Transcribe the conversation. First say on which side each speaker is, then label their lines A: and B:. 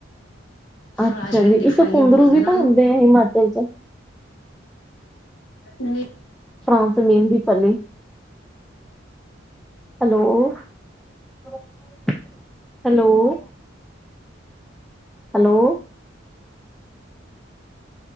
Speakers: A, on the left; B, in the centre.
A: ਫਰਾਸ਼ਬਿਨ
B: ਅੱਛਾ ਜੀ
A: ਦੀ ਫਲੀ
B: ਇਕ ਕੁੰਦਰੂ
A: ਬੋਲਦੇ
B: ਵੀ
A: ਨੇ ਉਹਨੂੰ
B: ਤਾਂ ਹੁੰਦੇ ਆ ਹਿਮਾਚਲ ਚ
A: ਨਹੀਂ
B: ਫਰਾਂਸ ਮੀਨ ਦੀ ਫਲੀ ਹੈਲੋ-ਹੈਲੋ ਹੈਲੋ-ਹੈਲੋ